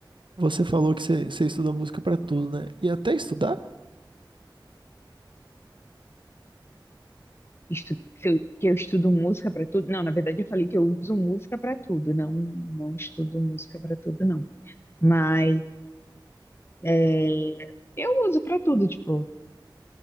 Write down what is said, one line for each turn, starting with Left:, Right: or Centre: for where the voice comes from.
Right: você falou que você você estuda música pra tudo, né? E até estudar?
Left: Estu- se eu- que eu estudo música pra tudo. Não, na verdade eu falei que eu uso música pra tudo, não, não estudo música pra tudo, não. Mas é, eu uso pra tudo, tipo,